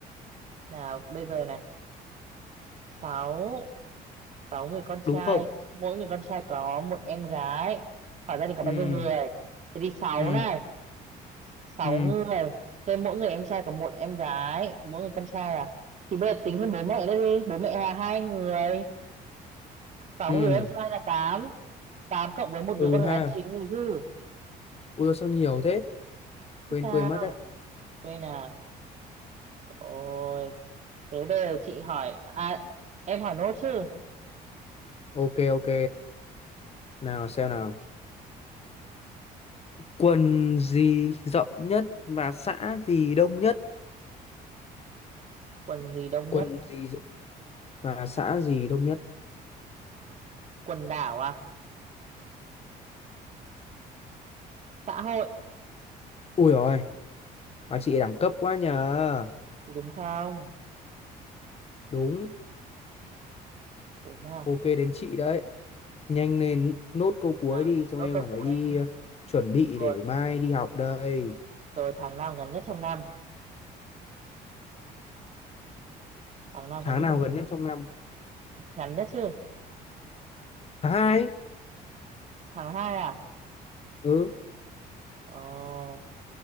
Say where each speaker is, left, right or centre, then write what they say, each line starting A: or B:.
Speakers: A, on the right; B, on the left.
A: nào bây giờ này sáu sáu người con trai
B: đúng không
A: mỗi người con trai có một em gái hỏi gia đình có bao
B: ừ
A: nhiêu người thế thì sáu
B: ừ
A: này sáu
B: ừ
A: người thêm mỗi người em trai có một em gái mỗi người con trai à thì bây giờ tính thêm bố mẹ nữa đi bố mẹ là hai người sáu
B: ừ
A: người em trai là tám tám cộng với một đứa
B: ừ
A: con gái
B: ha
A: là chín người chứ
B: ui sao nhiều thế
A: thế
B: quên
A: sao
B: quên mất đấy
A: quên à Ôi, thế bây giờ chị hỏi, à, em hỏi nốt chứ,
B: ok ok nào xem nào quần gì rộng nhất và xã gì đông nhất
A: quần gì đông
B: quần
A: nhất?
B: gì rộng- và xã gì đông nhất
A: Quần đảo à? Xã hội,
B: ui rồi bà chị đẳng cấp quá nhờ
A: đúng không?
B: đúng
A: Đúng à?
B: ok đến chị đấy nhanh lên nốt câu
A: Nào,
B: cuối đi xong
A: nốt
B: em
A: câu
B: còn
A: cuối.
B: phải đi ờ, chuẩn bị
A: Rồi,
B: để mai đi học đây
A: rồi tháng nào ngắn nhất trong năm? Tháng nào
B: tháng
A: ngắn nhất
B: nào
A: trong năm?
B: gần nhất trong năm
A: Ngắn nhất chứ?
B: tháng hai ấy.
A: Tháng 2 à?
B: ừ
A: Ờ,